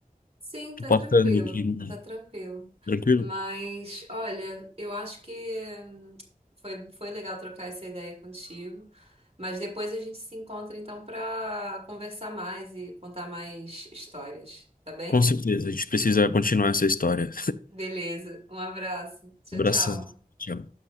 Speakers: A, on the right (about 40°); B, on the left (about 70°).
A: Sim,
B: tô
A: tá
B: passando
A: tranquilo,
B: aqui, né?
A: tá tranquilo.
B: Tranquilo?
A: Mas, olha, eu acho que hum, foi, foi legal trocar essa ideia contigo. Mas depois a gente se encontra então pra conversar mais e contar mais histórias, tá bem?
B: Com certeza, a gente precisa continuar essa história.
A: Beleza, um abraço. Tchau,
B: Abração.
A: tchau.
B: Tchau.